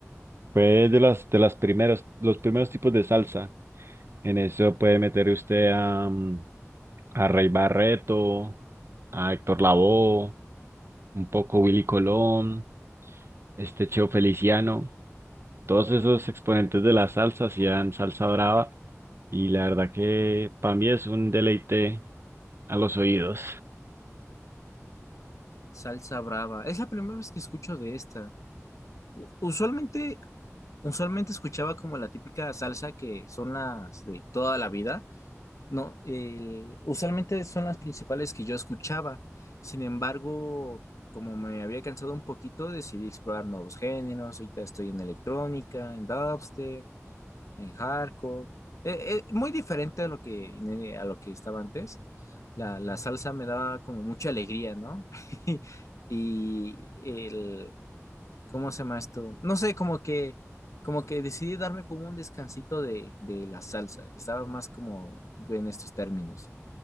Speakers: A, on the right; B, on the left.
A: Fue de las, de las primeros, los primeros tipos de salsa. En eso puede meter usted a, mm, a Rey Barreto, a Héctor Lavoe, un poco Willy Colón, este Cheo Feliciano. Todos esos exponentes de la salsa hacían salsa brava y la verdad que para mí es un deleite a los oídos.
B: salsa brava. Es la primera vez que escucho de esta. U- Usualmente, usualmente escuchaba como la típica salsa que son las de toda la vida. No, el- usualmente son las principales que yo escuchaba. Sin embargo, como me había cansado un poquito, decidí explorar nuevos géneros. Ahorita estoy en electrónica, en dubstep. en hardcore. Eh, eh, muy diferente a lo que, eh, a lo que estaba antes. La, la salsa me daba como mucha alegría, ¿no? <laughs> Y el, ¿cómo se llama esto? No sé, como que, como que decidí darme como un descansito de, de la salsa. Estaba más como en estos términos.